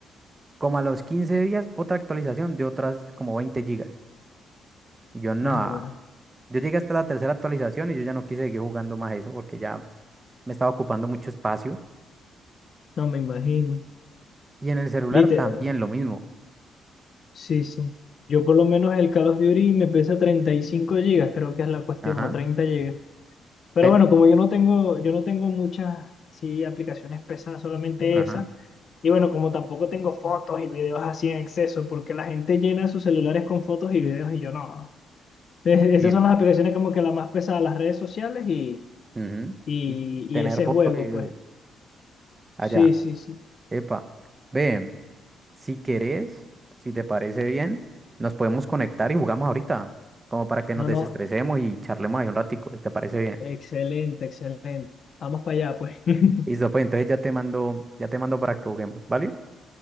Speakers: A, on the right; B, on the left.
A: Como a los 15 días, otra actualización de otras como 20 gigas. Y yo, no.
B: Ah, bueno,
A: Yo llegué hasta la tercera actualización y yo ya no quise seguir jugando más eso porque ya me estaba ocupando mucho espacio.
B: no me imagino.
A: Y en el celular
B: Literal,
A: también lo mismo.
B: sí, sí. Yo por lo menos el Call of Duty me pesa 35 gigas, creo que es la cuestión,
A: Ajá.
B: o 30 gigas. Pero
A: pe-
B: bueno, como yo no tengo, yo no tengo muchas, sí, aplicaciones pesadas, solamente
A: Ajá.
B: esa Y bueno, como tampoco tengo fotos y videos así en exceso, porque la gente llena sus celulares con fotos y videos y yo no. Es- Esas
A: Sí.
B: son las aplicaciones como que la más pesada, las redes sociales y,
A: ujú,
B: y,
A: Y
B: y
A: tener
B: ese
A: foto
B: juego,
A: y video.
B: pues.
A: Allá.
B: Sí, sí, sí.
A: Epa. Ve. Si querés, si te parece bien, nos podemos conectar y jugamos ahorita, como para que nos
B: No,
A: desestresemos
B: no.
A: y charlemos ahí un ratico, si te parece bien.
B: Excelente, excelente. Vamos para allá, pues. <laughs>
A: Listo, pues entonces ya te mando, ya te mando para que juguemos, ¿vale?